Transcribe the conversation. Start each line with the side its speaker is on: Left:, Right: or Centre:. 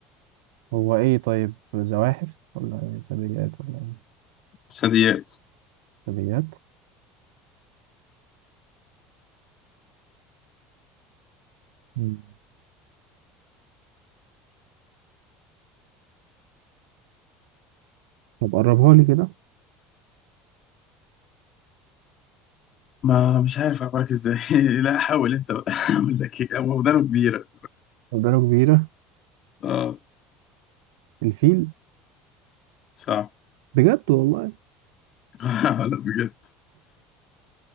Right: هو إيه طيب زواحف ولا إيه؟ ثدييات ولا إيه
Left: ثدييات
Right: ثدييات مم. طب قربها لي كده
Left: ما مش عارف أخبرك ازاي <laughs> لا حاول انت بقى <laughs> اقول لك ايه هو مدرب كبيرة
Right: قدرة كبيرة
Left: اه
Right: الفيل
Left: صح
Right: بجد والله
Left: <laughs> لا بجد